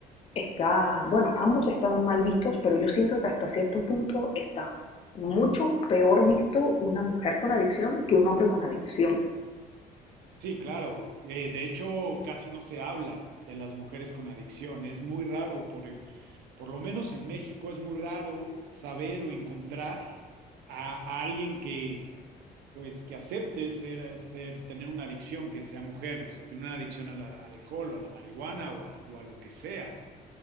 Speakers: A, on the left (about 35°); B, on the right (about 75°).
A: Está, bueno, ambos están mal vistos, pero yo siento que hasta cierto punto está mucho peor visto una mujer con adicción que un hombre con adicción.
B: Sí, claro. Eh, de hecho, casi no se habla de las mujeres con adicción. Es muy raro por, eh, por lo menos en México es muy raro saber o encontrar a, a alguien que, pues, que acepte ser, ser, tener una adicción, que sea mujer, o sea, tener una adicción a la- al alcohol o a la marihuana o a, la- o a lo que sea.